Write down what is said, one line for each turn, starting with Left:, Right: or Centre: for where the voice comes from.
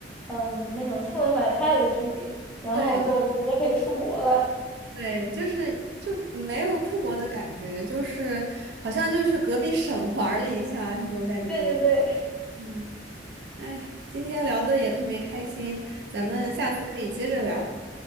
Centre: 嗯那种出门买菜的距离，然后就直接可以出国了。
Right: 对对，就是就没有出国的感觉，就是好像就去隔壁省玩儿了一下这种感觉。
Centre: 对对对，
Right: 嗯。哎，今天聊的也特别开心，咱们下次可以接着聊。
Centre: <laughs> 嗯，